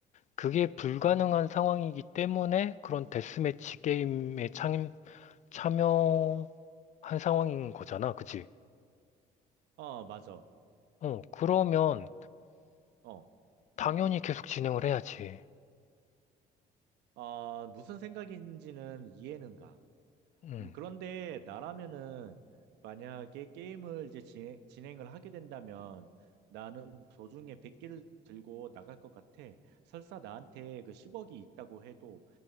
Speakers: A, on the left; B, on the right.
A: 그게 불가능한 상황이기 때문에 그런 데스매치 게임에 참, 참여한 상황인 거잖아, 그치?
B: 어, 맞아.
A: 어, 그러면
B: 어,
A: 당연히 계속 진행을 해야지.
B: 어, 무슨 생각인지는 이해는 가.
A: 음.
B: 음, 그런데 나라면은 만약에 게임을 이제 진행, 진행을 하게 된다면 나는 도중에 100개를 들고 나갈 것 같아. 설사 나한테 그 10억이 있다고 해도